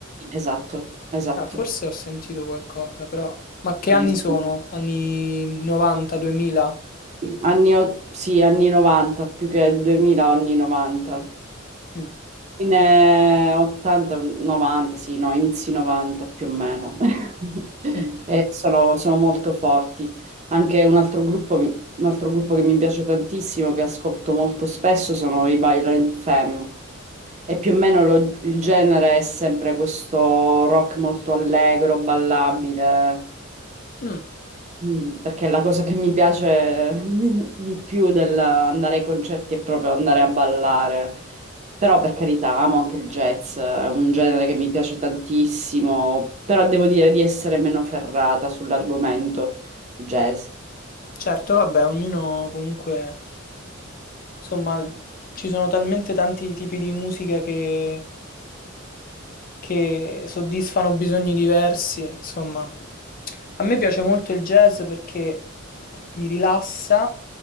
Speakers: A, on the right (about 35°); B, on the left (about 45°).
A: Esatto, esatto.
B: Ah, forse ho sentito qualcosa, però... Ma che
A: Sì,
B: anni
A: sì.
B: sono? Anni 90, 2000?
A: Anni, o- sì, anni 90, più che 2000, anni 90.
B: Mm.
A: In eh, 80, 90, sì, no, inizi 90 più o meno. <laughs>
B: Mm.
A: E sono, sono molto forti. Anche un altro gruppo, mi- un altro gruppo che mi piace tantissimo, che ascolto molto spesso, sono i Violent Femme. E più o meno lo- il genere è sempre questo rock molto allegro, ballabile.
B: Mm.
A: Mm, Perché la cosa che mi piace <laughs> di più dell'andare ai concerti è proprio andare a ballare. Però per carità, amo anche il jazz, è un genere che mi piace tantissimo, però devo dire di essere meno ferrata sull'argomento jazz.
B: Certo, vabbè, ognuno comunque, insomma, ci sono talmente tanti tipi di musica che, che soddisfano bisogni diversi, insomma. A me piace molto il jazz perché mi rilassa,